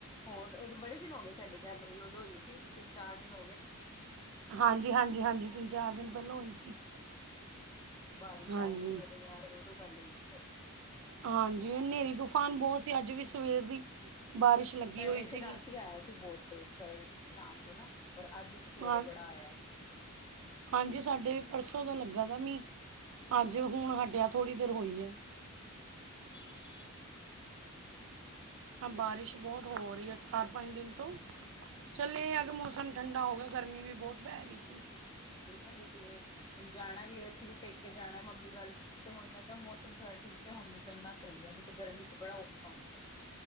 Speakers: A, on the left; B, on the right.
A: ਹੋਰ ਉਦੋਂ ਬੜੇ ਦਿਨ ਹੋ ਗਏ ਸਾਡੀ ਗੱਲ ਹੋਈ, ਉਦੋਂ ਹੋਈ ਸੀ ਤਿੰਨ -ਚਾਰ ਦਿਨ ਹੋ ਗਏ।
B: ਹਾਂਜੀ-ਹਾਂਜੀ- ਹਾਂਜੀ। ਤਿੰਨ-ਚਾਰ ਦਿਨ ਪਹਿਲਾਂ ਹੋਈ ਸੀ।
A: ਬਾਰੀਸ਼
B: ਹਾਂਜੀ
A: ਆ ਰੀ ਸੀ ਉਹਦੋਂ ਯਾਰ, ਉਦੋਂ ਹੱਲ <unintelligible>
B: ਹਾਂਜੀ, ਹਨੇਰੀ-ਤੂਫਾਨ ਬਹੁਤ ਸੀ, ਅੱਜ ਵੀ ਸਵੇਰ ਦੀ। ਬਾਰਿਸ਼ ਲੱਗੀ
A: ਸਾਡੇ
B: ਹੋਈ
A: ਇੱਥੇ
B: ਸੀਗੀ
A: ਰਾਤੀ ਆਇਆ ਸੀ ਬੋਟ ਤੇ ਅਜ, ਕੱਲ। ਸ਼ਾਮ ਨੂੰ ਨਾ ਔਰ ਅੱਜ ਸਵੇਰੇ
B: ਹਾਂ,
A: ਬੜਾ ਆਇਆ।
B: ਹਾਂਜੀ! ਸਾਡੇ ਵੀ ਪਰਸੋਂ ਦਾ ਲੱਗਾ ਥਾ ਮੀਹ,
A: ਅੱਛਾ,
B: ਅੱਜ ਹੁਣ ਹਟਿਆ ਥੋੜੀ ਦੇਰ ਹੋਈ ਹੈ।
A: ਠੀਕ ਆ
B: ਹਾਂ, ਬਾਰਿਸ਼ ਬਹੁਤ ਹੋ ਰਹੀ। ਚਾਰ ਪੰਜ ਦਿਨ ਤੋ
A: ਅੱਛਾ।
B: ਚੱਲ ਇਹ ਐ ਕਿ ਮੌਸਮ ਠੰਡਾ ਹੋ ਗਿਆ, ਗਰਮੀ ਵੀ ਬਹੁਤ ਪੈ ਰਹੀ ਸੀ।
A: ਜੀ ਜਿਵੇਂ ਹੁਣ ਜਾਣਾ ਵੀ ਅਸੀਂ ਵੀ ਪੇਕੇ ਜਾਣਾ ਮੰਮੀ ਵੱਲ ਤੇ ਹੁਣ ਮੈਂ ਕਿਹਾ ਮੌਸਮ ਥੋੜ੍ਹਾ ਠੀਕ ਹੈ ਹੁਣ ਨਿਕਲਣਾ ਸਹੀ ਹੈ, ਤੇ ਗਰਮੀ ਚ ਬੜਾ ਔਖਾ ਹੁੰਦਾ।